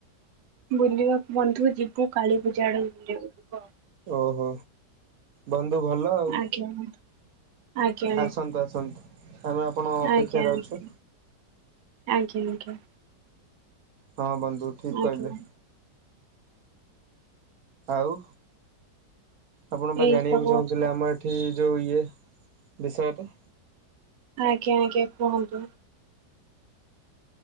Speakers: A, on the right (about 80°); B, on the right (about 60°).
A: ବୁଲିବାକୁ ବନ୍ଧୁ ଯିବି। ମୁଁ କାଳୀ ପୂଜା ବେଳକୁ ଯିବି। ହ
B: ଓହୋ ବନ୍ଦ। ତୁ ଭଲ ଆଉ
A: ଆଜ୍ଞା ବନ୍ଧୁ ଆଜ୍ଞା
B: ଆସନ୍ତୁ ଆସନ୍ତୁ। ଆମେ ଆପଣ
A: ଆଜ୍ଞା
B: ଙ୍କ ଅପେକ୍ଷାରେ
A: ଆଜ୍ଞା ଆଜ୍ଞା
B: ଅଛୁ।
A: ଆଜ୍ଞା ଆଜ୍ଞା।
B: ହଁ ବନ୍ଧୁ ଠିକ
A: ଆଜ୍ଞା।
B: କହିଲେ। ଆଉ ଆପଣ ବା
A: ଏଇ
B: ଜାଣିବାକୁ
A: ସବୁ
B: ଚାହୁଁଥିଲେ
A: କଥା
B: ଆମର ଏଠି ଯୁ ଇଏ ବିଷୟରେ।
A: ଆଜ୍ଞା ଆଜ୍ଞା କୁହନ୍ତୁ।